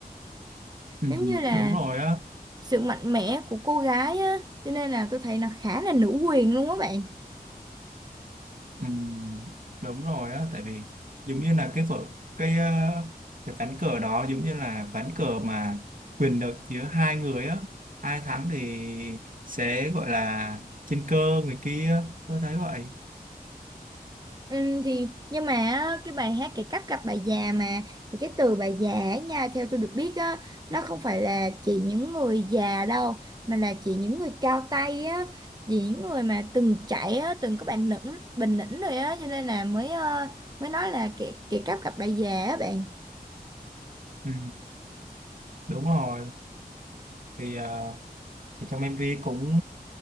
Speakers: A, on the right; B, on the right.
A: ừ,
B: Giống như là
A: đúng rồi á
B: sự mạnh mẽ của cô gái á, cho nên là tôi thấy nó khá là nữ quyền luôn á bạn.
A: ừ, đúng rồi á tại vì giống như là cái vở cái à, cái ván cờ đó giống như là ván cờ mà quyền lực giữa hai người á ai thắng thì sẽ gọi là trên cơ người kia tôi thấy vậy
B: Ừ, thì nhưng mà á, cái bài hát cái cách gặp bà già mà thì cái từ bà già ấy nha theo tôi được biết á nó không phải là chỉ những người già đâu mà là chỉ những người cao tay á chỉ những người mà từng trải á từng có bản lĩnh bình lĩnh rồi á cho nên là mới ờ, mới nói là cái cái cách gặp bà già á bạn
A: ừ, đúng rồi thì ờ, thì trong MV cũng